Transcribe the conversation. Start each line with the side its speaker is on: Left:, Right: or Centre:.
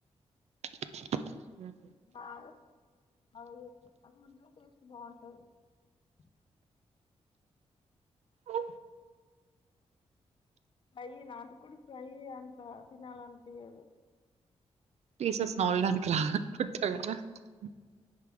Right: చిక్ చిక్.
Left: బాగా బాగా అది ఉంటానే టేస్ట్ బాగుంటాది. ఆ.
Right: ఉ.
Left: ఫ్రై నాటుకోడి ఫ్రై అంత తినాలి అనిపియదు.
Right: పీసస్ నౌల్డాక్లా <unintelligible>